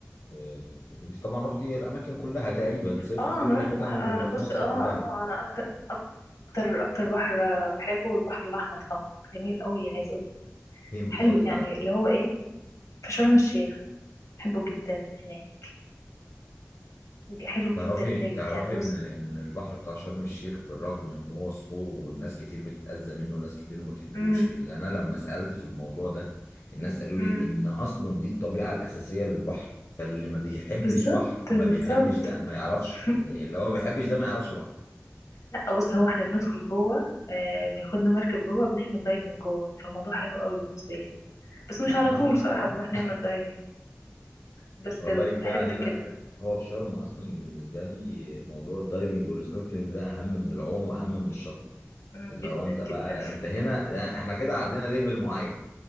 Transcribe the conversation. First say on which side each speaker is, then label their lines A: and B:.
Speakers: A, on the left; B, on the left.
A: آه، انت طبعا رحتي الاماكن كلها تقريبا صيفت
B: اه
A: في كل
B: انا رحت
A: الاماكن
B: بحر انا
A: اللي في
B: بص
A: مصر
B: اه
A: كلها
B: اه آه، انا اكتر اكتر اكتر بحر بحبه البحر الاحمر طبعا جميل قوي عايز اقول لك
A: فين
B: حلو
A: بالظبط
B: يعني
A: بقى
B: اللي هو ايه في شرم الشيخ بحبه جدا هناك حلو
A: تعرفي
B: جدا هناك
A: تعرفي
B: يعني
A: ان
B: بص
A: ان البحر بتاع شرم الشيخ بالرغم من ان هو صخور والناس كتير بتتأذى منه وناس كتير ما بتحبوش
B: امم
A: الا انا لما سألت في الموضوع ده الناس قالوا
B: امم
A: لي ان اصلا دي الطبيعة الأساسية للبحر فاللي ما بيحبش
B: بالظبط
A: بحر ما
B: بالظبط
A: بيحبش ده ما يعرفش
B: <laughs>
A: اللي اللي هو ما بيحبش ده ما يعرفش بحر
B: لا بص هو احنا بندخل جوه آه بياخدنا مركب جوه بنعمل دايفنج جوه فالموضوع حلو قوي بالنسبه لي بس مش
A: لا
B: على
A: ما
B: طول صراحه بنروح نعمل دايفنج بس
A: والله
B: ب-
A: كفاية
B: بحب
A: علينا
B: كده
A: هو في شرم اصلا بالنسبة لي موضوع الدايفنج والسنوركلينج ده اهم من العوم واهم من الشط
B: مم،
A: اللي
B: جدا
A: هو انت بقى
B: جدا
A: انت هنا احنا كده عدينا ليفل معين